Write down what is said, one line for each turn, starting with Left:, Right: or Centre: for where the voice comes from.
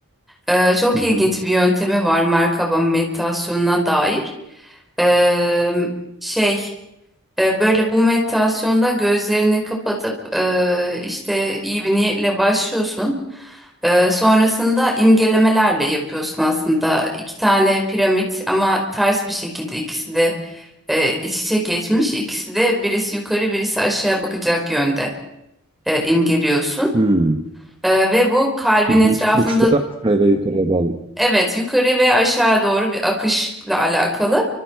Centre: E, çok
Right: Hı hı.
Centre: ilginç bir yöntemi var merkaba meditasyonuna dair. E, şey E, Böyle bu meditasyonda gözlerini kapatıp e, işte iyi bir niyetle başlıyorsun. E, Sonrasında imgelemelerle yapıyorsun aslında. İki tane piramit ama ters bir şekilde ikisi de e, iç içe geçmiş. İkisi de birisi yukarı birisi aşağı bakacak yönde e, imgeliyorsun.
Right: Hmm.
Centre: E, Ve bu kalbin
Right: Hı hı.
Centre: etrafında
Right: Uçları aşağıya ve yukarıya bağlı.
Centre: Evet, yukarı ve aşağı doğru bir akışla alakalı.